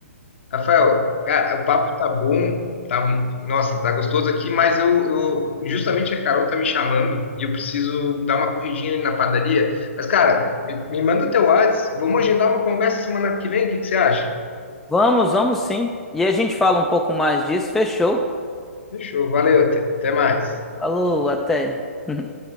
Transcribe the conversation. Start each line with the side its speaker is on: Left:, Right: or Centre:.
Left: Rafael, cara, o papo tá bom, tá, nossa, tá gostoso aqui, mas eu, eu- justamente a Carol tá me chamando e eu preciso dar uma corridinha ali na padaria. Mas, cara, me, me manda teu WhatsApp, vamos agendar uma conversa semana que vem, o que que você acha?
Centre: Vamos, vamos sim. E a gente fala um pouco mais disso, fechou?
Left: Fechou, valeu, até até mais.
Centre: Falou, até. <laughs>